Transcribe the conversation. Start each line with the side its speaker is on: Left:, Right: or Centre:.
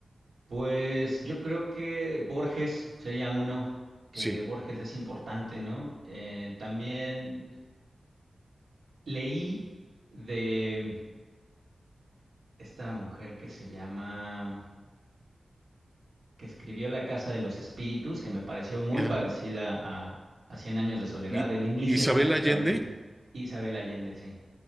Right: Pues yo creo que Borges sería uno, que
Centre: Sí,
Right: Borges es importante, ¿no? Eh, también leí de esta mujer que se llama, que escribió La Casa de los Espíritus, que me pareció muy
Centre: ya.
Right: parecida a, a Cien Años de Soledad,
Centre: ¿Y
Right: el inicio
Centre: Isabel
Right: es prácticamente
Centre: Allende?
Right: Isabel Allende, sí.